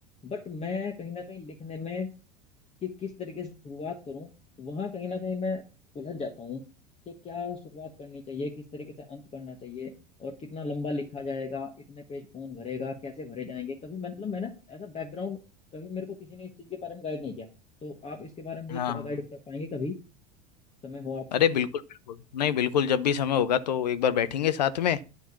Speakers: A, on the left (about 30°); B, on the left (about 80°).
A: बट मैं कहीं ना कहीं लिखने में कि किस तरीके से शुरुआत करूँ वहाँ कहीं ना कहीं मैं उलझ जाता हूँ कि क्या शुरुआत करनी चाहिए किस तरीके से अंत करना चाहिए और कितना लंबा लिखा जाएगा इतने पेज कौन भरेगा कैसे भरे जाएंगे कभी मतलब मैंने एज अ बैकग्राउंड कभी मेरे को किसी ने इस चीज के बारे में गाइड नहीं किया तो आप इसके बारे में मुझे
B: हाँ
A: थोड़ा गाइड कर पाएंगे कभी समय हो आपको
B: अरे बिल्कुल बिल्कुल नहीं बिल्कुल जब भी समय होगा तो एक बार बैठेंगे साथ में